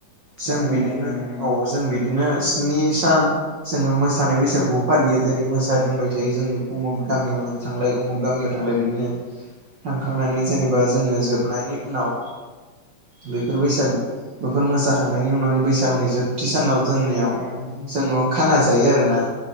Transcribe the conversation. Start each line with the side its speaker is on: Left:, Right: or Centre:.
Right: जों
Left: नंगौ
Right: बिदिनो
Left: नंगौ नोंथां नंगौ
Right: औ जों बि दिनो स्नि सान जोङो मोसानाय बैसागुबो फालियो जेरै मोसादिंबाय थायो जोङो गुमुग गामियाव मोन थांलाय उमुख गामियाव थांलाय बिदिनो थांखांनानै जेनेबा जोङो जोबनायनि उनाव बेफोर बैसागु बेफोर मोसाखांनायनि उनाव बैसागुनि जोबथि सानाव जोंनियाव
Left: नंगौ नंगौ
Right: जोङो खाना जायो आरोना।